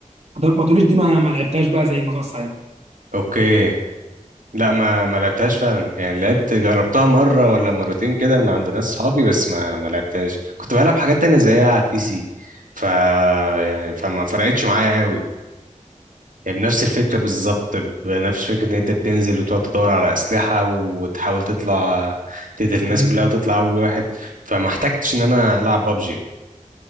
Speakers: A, on the right (about 55°); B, on the right (about 80°).
A: ده- ما تقوليش دي ما, ما لعبتهاش بقى زي المزرعه السعيده
B: اوكي لا ما ما لعبتهاش فعلا يعني لعبت جربتها مره ولا مرتين كده من عند ناس صحابي بس ما ما لعبتهاش كنت بلعب حاجات تانية زيها على البي سي ف يعني فما فرقتش معايا قوي يعني بنفس الفكره بالظبط بنفس فكره ان انت بتنزل وتقعد تدور على اسلحه وتحاول تطلع تقتل
A: مم.
B: الناس كلها وتطلع اول واحد فما احتجتش ان انا العب بابجي